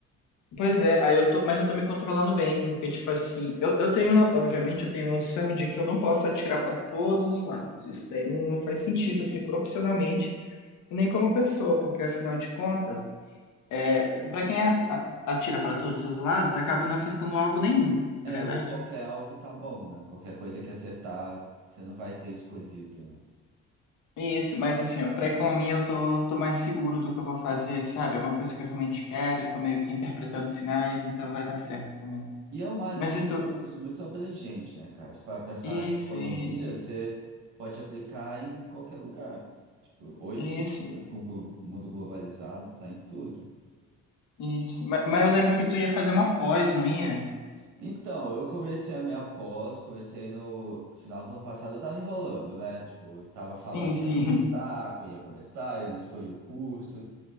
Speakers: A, on the left; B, on the right.
A: Pois é, aí eu tô, mas eu tô me controlando bem, porque, tipo assim, eu, eu tenho, obviamente, eu tenho noção de que eu não posso atirar para todos os lados. Isso daí não, não faz sentido, assim, profissionalmente, e nem como pessoa, porque, afinal de contas, é, para quem a- a- atira para todos os lados, acaba não acertando alvo nenhum,
B: É,
A: não é verdade?
B: ou qualquer alvo tá bom, né? Qualquer coisa que acertar, você não vai ter escolhido, né?
A: É Isso, mas assim, ó, pra economia eu tô, tô mais seguro do que eu vou fazer, sabe? É uma coisa que eu realmente quero, eu tô meio que interpretando sinais, então vai dar certo também.
B: E é uma área
A: Mas
B: de
A: e
B: estudos
A: tu?
B: muito abrangente, né, cara? Se para pensar
A: Isso,
B: em economia,
A: isso,
B: você pode aplicar em qualquer lugar. Tipo, hoje
A: isso.
B: em dia, com o glo- o mundo globalizado, tá em tudo.
A: Isso. Ma- Mas, eu lembro que tu ia fazer uma pós, não ia?
B: Então, eu comecei a minha pós, comecei no final do ano passado, eu tava enrolando, né? Tipo, eu tava falando
A: Sim,
B: que
A: sim,
B: ia começar,
A: <laughs>
B: que eu ia começar, eu não escolhi o curso.